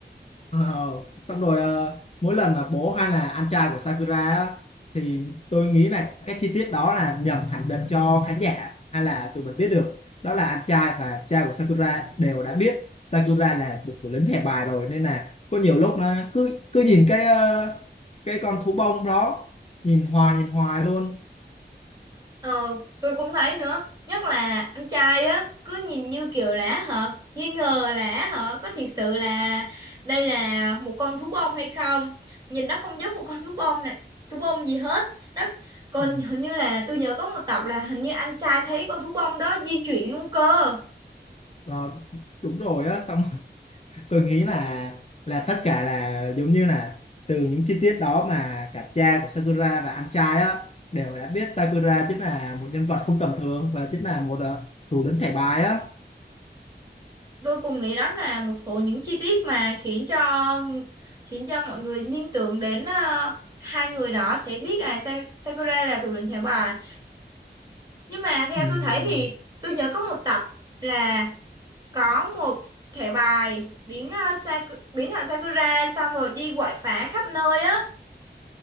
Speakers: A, on the left; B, on the right.
A: Ờ, xong rồi ờ, mỗi lần mà bố hay là anh trai của Sakura á, thì tôi nghĩ là cái chi tiết đó là nhằm khẳng định cho khán giả hay là tụi mình biết được đó là anh trai và cha của Sakura đều đã biết Sakura là một của lính thẻ bài rồi nên là có nhiều lúc nó cứ cứ nhìn cái ờ, cái con thú bông đó nhìn hoài nhìn hoài luôn
B: Ờ, tôi cũng thấy nữa. Nhất là anh trai á, cứ nhìn như kiểu là hả, nghi ngờ là hả, có thiệt sự là đây là một con thú bông hay không? Nhìn nó không giống một con thú bông này, thú bông gì hết. nó còn
A: Ừ.
B: hình như là tôi nhớ có một tập là hình như anh trai thấy con thú bông đó di chuyển luôn cơ.
A: Ờ, đúng rồi á xong tôi nghĩ là là tất cả là giống như là từ những chi tiết đó mà cả cha của Sakura và anh trai á đều đã biết Sakura chính là một nhân vật không tầm thường và chính là một ờ, thủ lĩnh thẻ bài á
B: Tôi cùng nghĩ đó là một số những chi tiết mà khiến cho khiến cho mọi người liên tưởng đến ờ, hai người đó sẽ biết là Sa- Sakura là thủ lĩnh thẻ bài Nhưng mà theo
A: Ừm,
B: tôi thấy thì tôi nhớ có một tập là có một thẻ bài biến ờ, Saku, biến thành Sakura xong rồi đi quậy phá khắp nơi á,